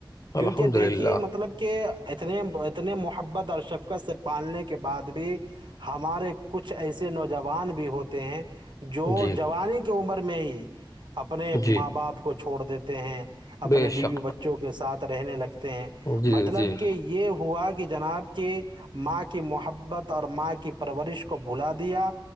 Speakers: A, on the right; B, on the left.
A: کیونکہ
B: الحمد
A: دیکھیے
B: للہ
A: مطلب کہ اتنے اتنے محبت اور شفقت سے پالنے کے بعد بھی ہمارے کچھ ایسے نوجوان بھی ہوتے ہیں جو
B: جی
A: جوانی کی عمر میں ہی اپنے
B: جی
A: ماں باپ کو چھوڑ دیتے ہیں اپنے
B: بے
A: بیوی
B: شک
A: بچوں کے ساتھ رہنے لگتے ہیں
B: جی
A: مطلب
B: جی
A: کہ یہ ہوا کہ جناب کی کے ماں کی محبت اور ماں کی پرورش کو بھلا دیا